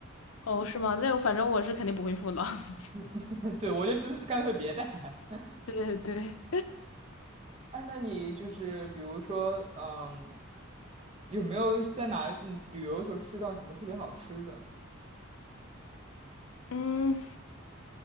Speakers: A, on the left (about 80°); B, on the right (about 30°).
A: 哦，是吗？那我反正我是肯定不会付了。<laughs>
B: <laughs> 对，我就只干脆别带。<laughs>
A: 对对对，
B: 哎，那你就是比如说，嗯。有没有在哪嗯旅游的时候吃到什么特别好吃的？
A: 嗯。